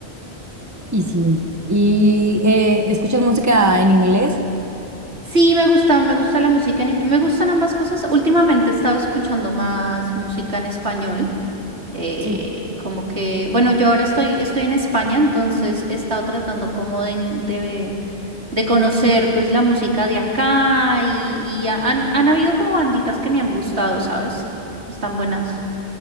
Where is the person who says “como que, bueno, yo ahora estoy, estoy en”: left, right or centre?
Right